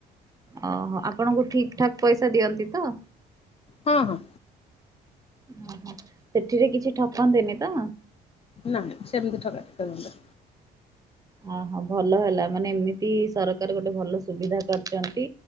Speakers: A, on the right; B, on the left.
A: ଅ ହ ଆପଣଙ୍କୁ ଠିକ୍ ଠାକ୍ ପଇସା ଦିଅନ୍ତି ତ?
B: ହଁ ହଁ।
A: ଉଁ ହୁଁ ସେଥିରେ କିଛି ଠକନ୍ତିନି ତ।
B: ନାଇ ସେମିତି ଠକା ଠକି କରନ୍ତିନି।
A: ଅହୋ ଭଲ ହେଲା ମାନେ ଏମିତି ସରକାର ଗୋଟେ ଭଲ ସୁବିଧା କରଚନ୍ତି।